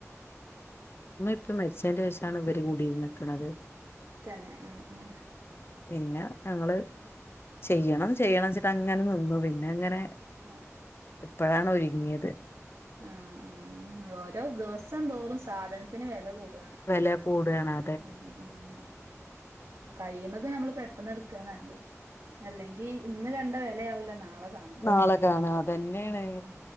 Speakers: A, on the left (about 45°); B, on the right (about 85°).
A: ഇമ്മ ഇപ്പ മെച്ചേന്റെ വശാണ് ഇവര കൂടിയി നിക്കണുന്നത്
B: തന്നെ ആ ആ
A: പിന്നെ ഞങ്ങള് ചെയ്യണം ചെയ്യണം വെച്ചിട്ട് അങ്ങനെ നിന്നു പിന്നെ അങ്ങനെ
B: ആഹ്
A: ഇപ്പോഴാണ് ഒരുങ്ങിയത്
B: ആഹ് ആഹ് ഓരോ ദിവസം തോറും സാധനത്തിന് വില കൂടും
A: വില കൂടുകാണ്
B: ഉം ഉം കഴണത് നമ്മൾ പെട്ടന്ന് എടുക്കാ നല്ലേ അല്ലെങ്കിൽ ഇന്ന് കണ്ട വിലയാവില്ല നാളെ കാൺണത്
A: നാളെ കാണ അതന്നെണ്
B: ഉം